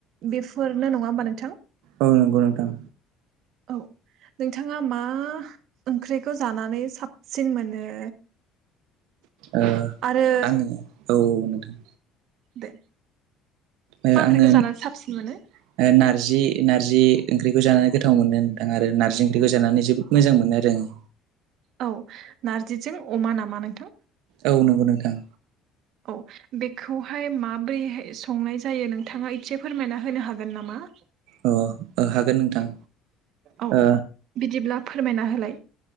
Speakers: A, on the right; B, on the right.
A: बेफोरनो नङा होमबा नोंथां
B: औ नंगौ नोंथां
A: औ नोंथाङा मा ओंख्रिखौ जानानै साबसिन मोनो
B: ओ
A: आरो
B: आङो औ औ नोथां
A: दे
B: ओ
A: मा ओंख्रिखौ
B: आङो ओ
A: जानानै साबसिन मोनो
B: नारजि नारजि ओंख्रिखौ जानानै गोथाव मोनो नोंथां आरो आरो नारजि ओंख्रिखौ जानानै जोबोद मोजां मोनो आरो आङो
A: औ नारजिजों अमा नामा नोंथां
B: औ नंगौ नोंथां
A: औ बेखौहाय माब्रैहाय संनाय जायो नोंथाङा एसे फोरमायना होनो हागोन नामा
B: अ ओ हागोन नोंथां
A: औ
B: ओ
A: बिदिब्ला फोरमायना होलाय